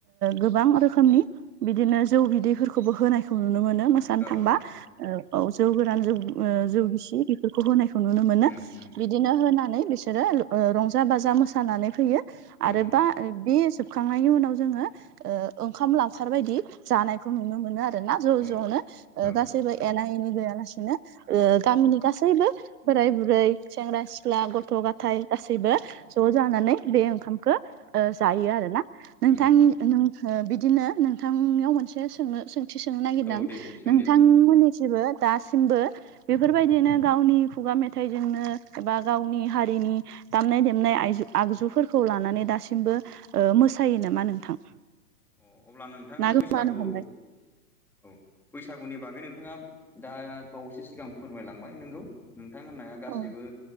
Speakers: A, on the right; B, in the centre.
A: गोबां रोखोमनि बिदिनो जौ बिदैफोरखौबो होनायखौ नुनो मोनो म जानो
B: औ
A: थांबा
B: औ
A: औ जौ गोरान ज जौ गिसि बेफोरखौ होनायखौ नुनो मोनो
B: उम उम
A: बिदिनो होनानै बिसोरो रंजा बाजा मोसानानै फैयो आरोबा
B: उम
A: बे जोबखांनायनि उनाव ओ- जोङो ओंखाम लावखार बायदि जानायखौ नुनो मोनो आरो आर ना ज'
B: औ
A: ज'नो
B: औ
A: गासिबो
B: नंगौ
A: एना एनि गैयालासिनो ओ- गामिनि गासैबो बोराय बुरै सेंग्रा सिख्ला गथ' गाथाय गासैबो ज' जानानै बे ओंखामखौ जायो आरो ना। नोंथां
B: उम
A: नों ओ बिदिनो नोंथांनियाव मोनसे सोंनो सों थि सोंनो नागिरदों
B: औ
A: आं
B: दे दे सों
A: नोंथांमोननिथिंबो
B: दे नोंथां
A: दासिमबो बेफोरबायदिनो गावनि खुगा मेथाइजोंनो एबा गावनि हारिनि दामनाय देमनाय आयजु आगजुफोरखौ लानानै दासिमबो ओ मोसायो नामा नोंथां?
B: अ अब्ला नोंथाङा
A: ना गोमानो
B: बैसागु
A: हमबाय
B: औ बैसागुनि बागै नोंथाङा दा बावैसो सिगां फोरमायलांबाय नोंगौ नोंथां होननाया गासैबो
A: औ